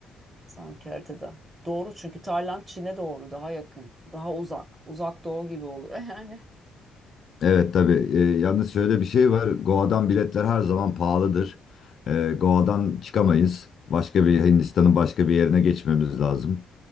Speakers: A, on the right; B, on the left.
A: sanki haritada. Doğru çünkü Tayland Çin'e doğru daha yakın, daha uzak. Uzak doğu gibi oluyor <laughs> yani.
B: Evet tabii. Ee, yalnız şöyle bir şey var. Goa'dan biletler her zaman pahalıdır. Ee, Goa'dan çıkamayız. Başka bir Hindistan'ın başka bir yerine geçmemiz lazım.